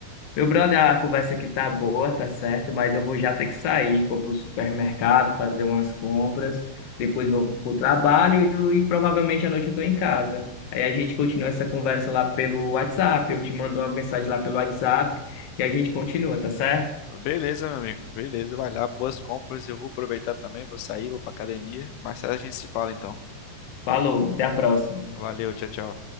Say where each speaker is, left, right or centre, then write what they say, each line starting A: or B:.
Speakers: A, on the left; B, on the left.
A: Meu brother, a conversa aqui tá boa, tá certo, mas eu vou já ter que sair, vou pro supermercado fazer umas compras, depois vou pro trabalho e, provavelmente à noite eu tô em casa. Aí a gente continua essa conversa lá pelo WhatsApp, eu te mando uma mensagem lá pelo WhatsApp e a gente continua, tá certo?
B: Beleza, meu amigo. Beleza, vai lá, boas compras. Eu vou aproveitar também, vou sair, vou pra academia. Mais tarde a gente se fala, então.
A: Falou, até a próxima.
B: Valeu, tchau, tchau.